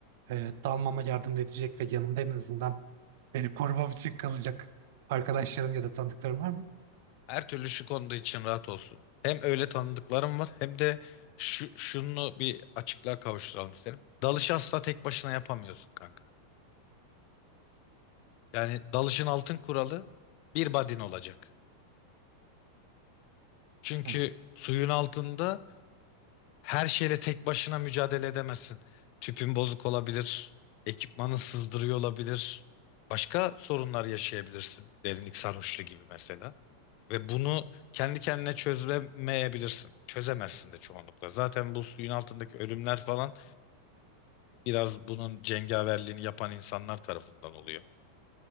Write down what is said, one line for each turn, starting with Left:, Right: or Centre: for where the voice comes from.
Right: e, dalmama yardım edecek ve yanımda en azından beni korumam için kalacak arkadaşların ya da tanıdıkların var mı?
Left: Her türlü şu konuda için rahat olsun. Hem öyle tanıdıklarım var hem de şu şunu bir açıklığa kavuşturalım isterim. Dalışı asla tek başına yapamıyorsun kanka. Yani dalışın altın kuralı bir badin olacak. Çünkü
Right: Ha,
Left: suyun altında Her şeyle tek başına mücadele edemezsin. Tüpün bozuk olabilir, ekipmanın sızdırıyor olabilir. Başka sorunlar yaşayabilirsin. Derinlik sarhoşluğu gibi mesela. Ve bunu kendi kendine çözemeyebilirsin. Çözemezsin de çoğunlukla. Zaten bu suyun altındaki ölümler falan biraz bunun cengaverliğini yapan insanlar tarafından oluyor.